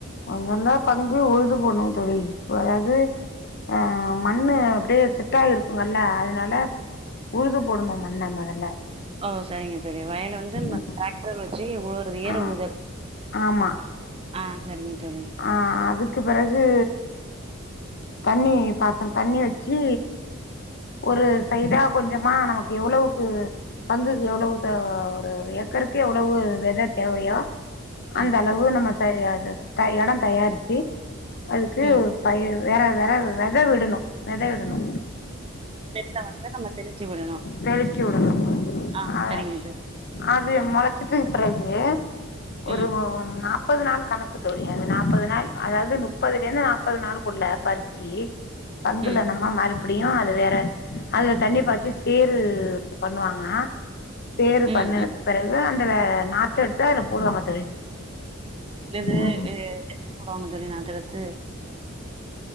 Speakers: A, on the left (about 55°); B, on the right (about 25°).
A: <unintelligible> உழுது போண்ணு தோழி இப்ப அதாவது ஆ மண்ணு அப்படியே செட்டாயிருக்குங்கல்ல அதனால உழுது போடணு மண்ண மொதல்ல
B: ஓ சரிங்க சரி தோழி வயல வந்து நம்ம
A: ம்
B: டிராக்டர் வச்சு உழுறது ஏறு
A: ஆ
B: உழுதல்
A: ஆமா
B: ஆ செரிங்க தோழி
A: ஆ அதுக்கு பெறகு தண்ணி பாசன்னு தண்ணி வச்சு ஒரு சய்டா கொஞ்சமா நமக்கு எவ்ளோக்கு பங்குக்கு எவ்ளோவு ஊத்த ஒரு ஏக்கருக்கு எவ்ளோவு வெத தேவையோ
B: ம்
A: அந்தளவு நம்ம அத ச எடோ தயாரிச்சு அதுக்கு
B: ம்
A: பய் வெற வெற வெத விடணு வெத விடணு
B: வெதய வந்து நம்ம தெளிச்சு விடணு
A: தெளித்து விடணும்
B: ஆ
A: அ
B: செரிங்க தோழி
A: அது முளச்சிட்டு பெறகு ஒரு
B: ம்
A: நாப்பது நாளு கணக்கு தோழி அது நாப்பது நாள் அதாவது முப்பதுலருந்து நாப்பது நாளுக்குள்ள பறிச்சு பங்குல
B: ம்
A: நம்ம மறுபடியு அது வேற அதுல தண்ணி பாய்ச்சி சேரு பண்ணுவாங்க சேரு
B: ம்
A: பண்ணினதுக்கு
B: ம்
A: பெறகு அந்த நாத்தெடுத்து அதுல போடுவாங்க தோழி
B: என்னது
A: ம்
B: அ என்ன போடுவாங்க தோழி நாத்தெடுத்து